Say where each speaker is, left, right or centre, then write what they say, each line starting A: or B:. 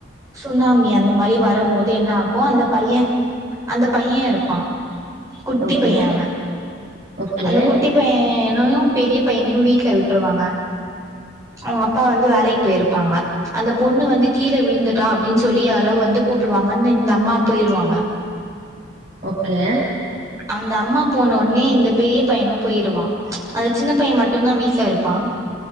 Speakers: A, on the right; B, on the right.
A: சுனாமி அந்த மாரி வரம் போது என்ன ஆகு அந்த பைய அந்த பைய இருப்பா குட்டி
B: ஓகே.
A: பைய அவ
B: ஓகே.
A: அந்த குட்டி பைய்ய னோயு பெரிய பையனயு வீட்ல விட்டுருவாங்க. அவங்க அப்பா வந்து வேலைக்கு போயிருப்பாங்க அந்த பொண்ணு வந்து கீழே விழுந்துட்டா அப்டின் சொல்லி யாரோ வந் ந்து கூப்பிடுவாங்கன்னு இந்த அம்மா போய்டுவாங்க.
B: ஓகே
A: அந்த அம்மா போனோனே இந்த பெரிய பையனும் போயிருவா அந்த சின்ன பைய மட் மட்டுந்தா வீட்ல இருப்பா